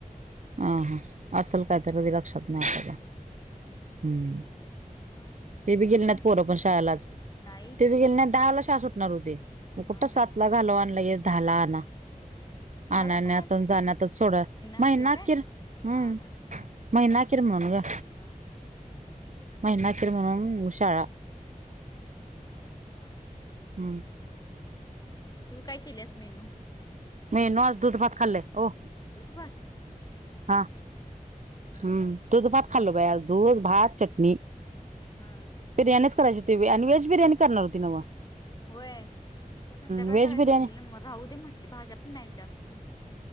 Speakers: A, on the right (about 55°); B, on the left (about 25°).
A: हा हा असेल काय तर? ते लक्षात नाही आपल्याला हम्म.
B: मग
A: ते बी
B: आराधना
A: गेली नाईत पोरं पण शाळेला आज,
B: नाही
A: ते बी गेले नाहीत दहाला शाळा सुटणार होती. मग
B: हा
A: कुठं सातला
B: हा
A: घालवा आणि लगेच दहाला आणा.
B: होय झाला
A: आणनण्यात
B: का आज
A: जाण्यातचं सोडा महिना
B: अखेर काय
A: अखिर. हम्म,
B: हा हा
A: महिना अखिर म्हणून ग.
B: हा हा.
A: महिना अखिर म्हणून उ शाळा
B: हा हा,
A: हम्म
B: मग तु काय केल्यास मेनू?
A: मेनू आज दुधभात खाल्ले. ओ.
B: दूध भात?
A: हा. हम्म दुधभात खाल्लो बाई आज, दूध, भात, चटणी.
B: हा.
A: बिर्याणीचं करायची होती आणि वेज बिर्याणी करणार होती नव्हं.
B: होय, ते संध्याकाळी
A: व्हेज
B: करायचं
A: बिर्याणी
B: म्हटले, मग राहू दे म्हटली भाज्या पण नाहीत जास्त.